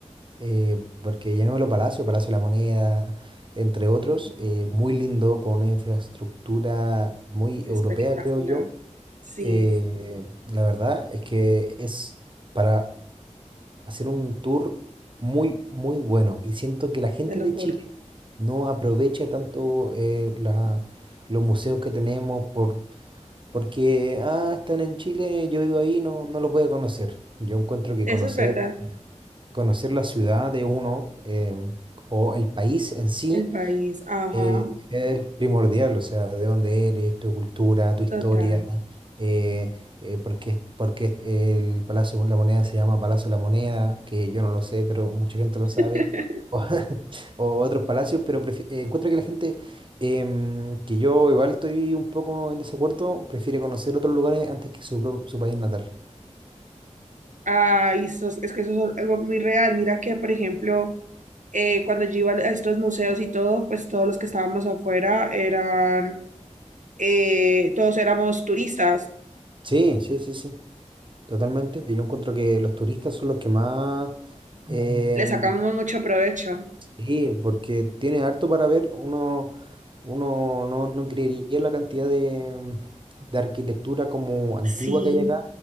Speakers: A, on the right; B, on the right.
A: eh, porque llamémoslo Palacio, Palacio de la Moneda, entre otros,
B: Ujú.
A: eh, muy lindo, con una infraestructura muy
B: Espectacular.
A: europea, creo yo.
B: Sí,
A: Eh, la verdad es que es para hacer un tour muy, muy bueno. Y siento que la gente
B: te lo
A: de
B: juro.
A: Chile no aprovecha tanto eh, la- los museos que tenemos por, porque, ah, están en Chile, yo vivo ahí, no, no los voy a conocer. Yo encuentro que
B: Eso
A: conocer
B: es verdad.
A: conocer la ciudad de uno em, o el país en sí
B: El país. Ajá,
A: eh, es primordial, o sea, de dónde eres, tu cultura, tu historia,
B: total.
A: eh, eh, por qué, por qué el Palacio de la Moneda se llama Palacio de la Moneda, que yo no lo sé, pero mucha gente lo
B: <laughs>
A: sabe, <laughs> o, o otros palacios, pero prefi- eh, encuentro que la gente, em, que yo igual estoy un poco en desacuerdo, prefiere conocer otros lugares antes que su, pro- su país natal.
B: Ay, eso es es que eso es algo muy real. Mira que, por ejemplo, eh, cuando yo iba a estos museos y todo, pues todos los que estábamos afuera eran, eh, todos éramos turistas.
A: Sí, sí, sí, sí. Totalmente. Yo encuentro que los turistas son los que más Mm. em,
B: Le sacamos mucho provecho.
A: Sí, porque tiene harto para ver. Uno, uno no, no creería la cantidad de, de arquitectura como antigua
B: Sí.
A: que hay acá